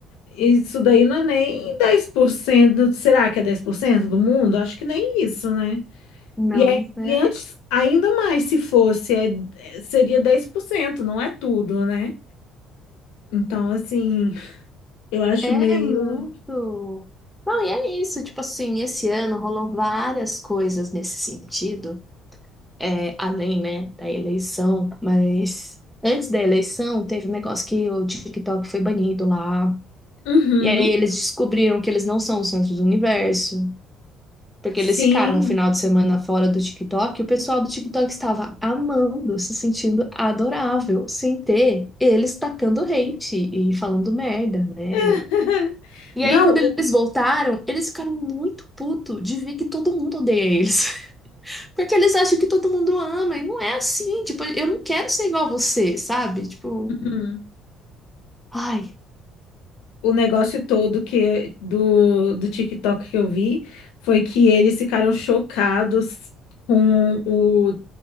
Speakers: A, on the left; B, in the centre.
A: isso daí não é nem dez por cento, Será que é 10% do mundo? Acho que nem isso, né?
B: Não,
A: E, é,
B: é,
A: e antes, ainda mais se fosse, é, é- seria 10%, não é tudo, né? Então, assim, eu acho
B: é
A: meio.
B: muito. Não, e é isso. Tipo assim, esse ano rolou várias coisas nesse sentido. é, além, né, da eleição, mas antes da eleição teve um negócio que o TikTok foi banido lá.
A: Uhum,
B: E aí eles descobriram que eles não são o centro do universo, porque
A: sim.
B: eles ficaram o final de semana fora do TikTok, e o pessoal do TikTok estava amando, se sentindo adorável, sem ter eles tacando hate e falando merda, né?
A: <laughs>
B: E
A: Não,
B: aí quando
A: o,
B: eles voltaram, eles ficaram muito puto de ver que todo mundo odeia eles. Porque eles acham que todo mundo ama, e não é assim. Tipo, eu não quero ser igual a você, sabe? Tipo,
A: uhum.
B: ai.
A: O negócio todo que do, do TikTok que eu vi foi que eles ficaram chocados com o,